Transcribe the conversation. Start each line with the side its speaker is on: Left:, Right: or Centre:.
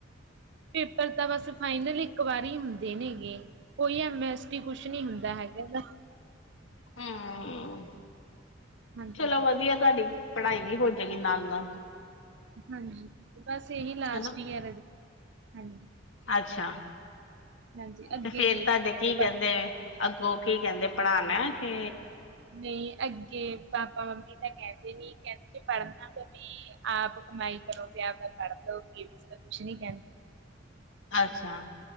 Right: ਪੇਪਰ ਤਾਂ ਬਸ ਫਾਈਨਲ ਹੀ ਕਵਾਰੀ ਹੁੰਦੇ ਨੇਗੇ ਕੋਈ ਐਮ ਐਸ ਟੀ, ਕੁਛ ਨੀ ਹੁੰਦਾ ਹੈਗਾ
Left: ਹੂ,
Right: ਹਾਂਜੀ,
Left: ਚਲੋ ਵਧੀਆ ਤੁਹਾਡੀ ਪੜ੍ਹਾਈ ਵੀ ਹੋਜੇਗੀ ਨਾਲ-ਨਾਲ
Right: ਹਾਂਜੀ, ਬਸ ਇਹੀ ਲਾਸਟ
Left: ਹਨਾ।
Right: ਈਅਰ ਹੈ, ਹਾਂਜੀ
Left: ਅੱਛਾ,
Right: ਹਾਂਜੀ ਅੱਗੇ
Left: ਤੇ ਫੇਰ
Right: ਦੇਖਦੇ
Left: ਤੁਹਾਡੇ
Right: ਆ
Left: ਕੀ ਕੈਂਦੇ
Right: ਪਰ
Left: ਐ ਅੱਗੋਂ ਕੀ ਕਹਿੰਦੇ ਪੜ੍ਹਾਣਾ ਕਿ
Right: ਨਈ ਅੱਗੇ ਪਾਪਾ ਮੰਮੀ ਤਾਂ ਕੇਂਦੇ ਨੀ, ਕੇਂਦੇ ਜੇ ਪੜ੍ਹਨਾ ਤਾਂ ਵੀ ਆਪ ਕਮਾਈ ਕਰੋ ਤੇ ਆਪ ਦਾ ਪੜ ਲਓ ਵੀ ਤਾਂ ਕੁਛ ਨੀ ਕਹਿੰਦੇ।
Left: ਅੱਛਾ।